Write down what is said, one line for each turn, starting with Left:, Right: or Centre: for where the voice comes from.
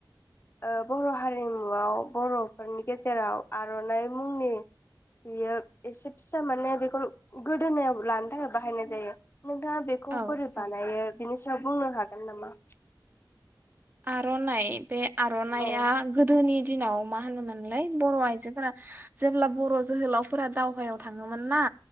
Left: ओ बर' हारिमुआव बरफोरनि गेजेराव आर'नाइ मुंनि बियो एसे फिसा माने बेखौ गोदोनायाव लानो थाखाय बाहायनाय जायो। नोंथाङा बेखौ
Right: औ
Left: बोरै
Right: औ
Left: बानायो बेनि सायाव बुंनो हागोन? गोन नामा?
Right: आर'नाइ बे आर'नाइया
Left: औ
Right: गोदोनि दिनाव मा होनोमोनलाय बर' आइजोफोरा जेब्ला बर' जोहोलावफोरा दावहायाव थाङोमोन ना